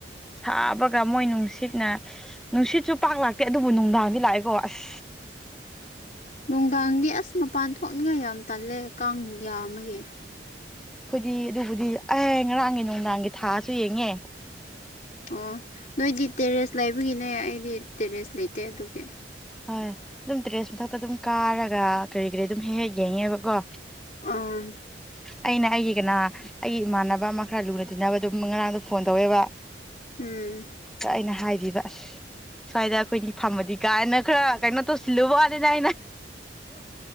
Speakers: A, in the centre; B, on the left (about 45°).
A: ꯁꯥꯕꯒ ꯃꯣꯏ ꯅꯨꯡꯁꯤꯠꯅ ꯅꯨꯡꯁꯤꯠꯁꯨ ꯄꯥꯛ ꯂꯥꯛꯇꯦ ꯑꯗꯨꯕꯨ ꯅꯨꯡꯗꯥꯡꯗꯤ ꯂꯥꯛꯑꯦꯀꯣ ꯑꯁ
B: ꯅꯨꯡꯗꯥꯡꯗꯤ ꯑꯁ ꯃꯄꯥꯟ ꯊꯣꯛꯅꯤꯡꯉꯥꯏ ꯌꯥꯝ ꯇꯜꯂꯦ ꯀꯥꯡ ꯌꯥꯝꯃꯒꯤ
A: ꯑꯩꯈꯣꯏꯗꯤ ꯑꯗꯨꯕꯨꯗꯤ ꯑꯦ ꯉꯔꯥꯡꯒꯤ ꯅꯨꯡꯗꯥꯡꯒꯤ ꯊꯥꯁꯨ ꯌꯦꯡꯉꯦ
B: ꯑꯣ ꯅꯣꯏꯗꯤ ꯇꯦꯔꯦꯁ ꯂꯩꯕꯒꯤꯅꯦ ꯑꯩꯗꯤ ꯇꯦꯔꯦꯁ ꯂꯩꯇꯦ ꯑꯗꯨꯒꯤ
A: ꯍꯣꯏ ꯑꯗꯨꯝ ꯇꯦꯔꯦꯁ ꯃꯊꯛꯇ ꯑꯗꯨꯝ ꯀꯥꯔꯒ ꯀꯔꯤ ꯀꯔꯤ ꯑꯗꯨꯝ ꯍꯦꯛ ꯍꯦꯛ ꯌꯦꯡꯉꯦꯕꯀꯣ
B: ꯑꯥ
A: ꯑꯩꯅ ꯑꯩꯒꯤ ꯀꯅꯥ ꯑꯩꯒꯤ ꯏꯃꯥꯟꯅꯕ ꯑꯃ ꯈꯔ ꯂꯨꯅ ꯇꯤꯟꯅꯕꯗꯨ ꯉꯔꯥꯡꯗꯣ ꯐꯣꯟ ꯇꯧꯋꯦꯕ
B: ꯎꯝ
A: ꯑ ꯑꯩꯅ ꯍꯥꯏꯕꯤꯕ ꯑꯁ ꯁ꯭ꯋꯥꯏꯗ ꯑꯩꯈꯣꯏꯅꯤ ꯐꯝꯃꯗꯤ ꯀꯥꯏꯅ ꯈꯔ ꯀꯩꯅꯣ ꯇꯧꯁꯤꯜꯂꯨꯕ ꯋꯥꯅꯦꯗ ꯑꯩꯅ